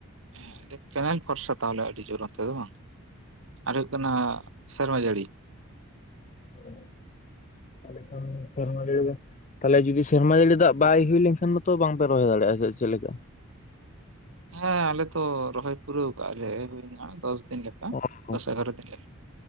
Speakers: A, on the right; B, on the left.
A: ᱦᱮᱸ <unintelligible> ᱠᱮᱱᱮᱞ ᱵᱷᱚᱨᱥᱟ ᱛᱟᱦᱚᱞᱮ ᱟᱹᱰᱤ ᱡᱳᱨ ᱚᱱᱛᱮ ᱫᱚ ᱵᱟᱝ? ᱟᱨ ᱦᱩᱭᱩᱜ ᱠᱟᱱᱟ ᱥᱮᱨᱢᱟ ᱡᱟᱹᱲᱤ᱾
B: ᱚ ᱛᱟᱦᱞᱮ ᱠᱷᱟᱱ ᱥᱮᱨᱢᱟ ᱡᱟᱹᱲᱤ ᱜᱮ ᱛᱟᱦᱚᱞᱮ ᱡᱩᱫᱤ ᱥᱮᱨᱢᱟ ᱡᱟᱹᱲᱤ ᱫᱟᱜ ᱵᱟᱭ ᱦᱩᱭ ᱞᱮᱱᱠᱷᱟᱱ ᱢᱟᱛᱚ ᱵᱟᱝᱯᱮ ᱨᱚᱦᱚᱭ ᱫᱟᱲᱮᱜ-ᱟ ᱥᱮ ᱪᱮᱫ ᱞᱮᱠᱟ?
A: ᱦᱮᱸ ᱟᱞᱮ ᱛᱚ ᱨᱚᱦᱚᱭ ᱯᱩᱨᱟᱹᱣ ᱠᱟᱜ-ᱟ ᱞᱮ ᱦᱩᱭᱱᱟ ᱫᱚᱥ ᱫᱤᱱ ᱞᱮᱠᱟ
B: ᱚ ᱦᱚᱸ
A: ᱫᱚᱥ ᱮᱜᱟᱨᱚ ᱫᱤᱱ ᱞᱮᱠᱟ